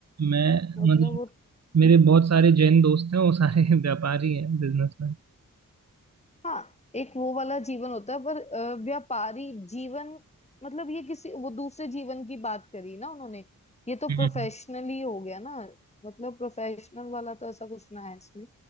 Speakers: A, on the right (about 50°); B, on the left (about 20°).
A: मैं
B: मतलब
A: मतलब
B: वो
A: मेरे बहुत सारे जैन दोस्त हैं वो सारे <laughs> व्यापारी हैं बिजनेसमैन
B: हाँ एक वो वाला जीवन होता है पर अ, व्यापारी जीवन मतलब ये किसी वो दूसरे जीवन की बात करी ना उन्होंने ये तो
A: हम्म,
B: प्रोफेशनली हो गया ना मतलब प्रोफेशनल वाला तो ऐसा कुछ ना है इसमें